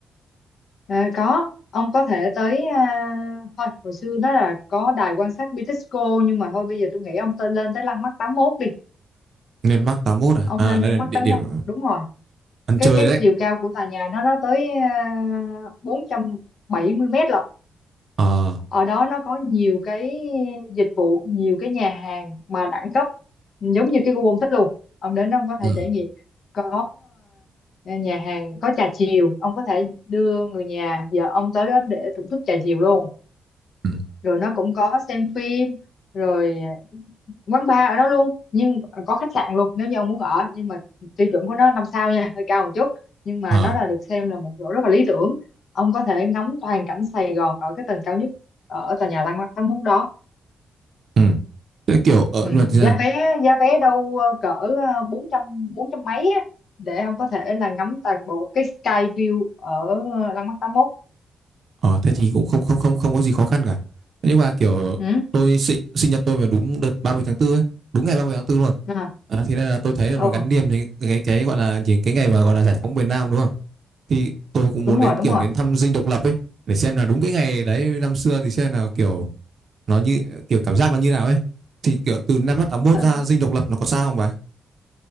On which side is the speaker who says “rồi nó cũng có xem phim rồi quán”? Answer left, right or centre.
Left